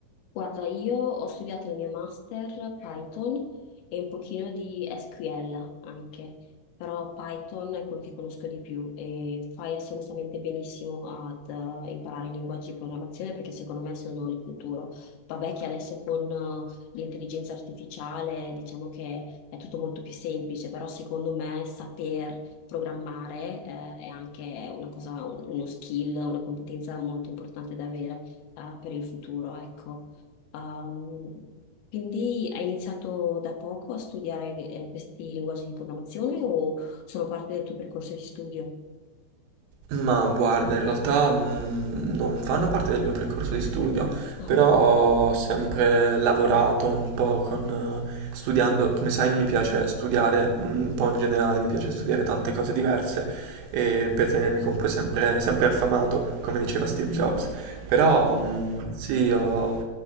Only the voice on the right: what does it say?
Ma guarda, in realtà mh, non fanno parte del mio percorso di studio,
però ho sempre lavorato un po' con, eh, studiando, come sai mi piace studiare mh, un po' in generale, mi piace studiare tante cose diverse e per tenermi comunque sempre, sempre affamato, come diceva Steve Jobs. Però mh, sì, ho